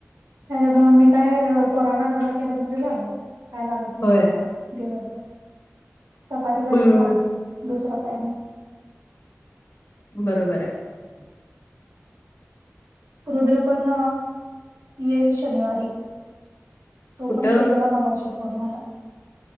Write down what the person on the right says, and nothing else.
त्याच्यामु मी काय पोराना डबा केला म्हणजे झालं काय लागत नाही
मग मला दिवाज चपाती भाजी
खाते दुसरं काय नाही
<inaudible> रुद्र पण येईल शनिवारी तो
पण केलेला मग आजी फोन मला